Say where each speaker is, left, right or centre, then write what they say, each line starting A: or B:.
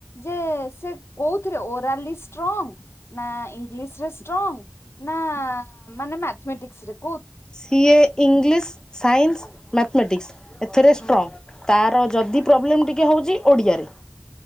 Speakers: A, on the left; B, on the left.
A: ଯେ ସେ କୋଉଥିରେ ଓରାଲି୍ର ଷ୍ଟ୍ରଙ୍ଗ ନା ଇଂଲିଶରେ ଷ୍ଟ୍ରଙ୍ଗ ନା ମାଥମେଟିକ୍ ସେ
B: ସିଏ ଇଂଲିଶ ସାଇନ୍ସ ମାଥମେଟିକ୍ସ୍। ଏଥିରେ ଷ୍ଟ୍ରଙ୍ଗ
A: ହୁଁ
B: ତାର ଯଦି ପ୍ରୋବ୍ଲେମ୍ ଟିକେ ହଉଛି ଓଡ଼ିଆରେ।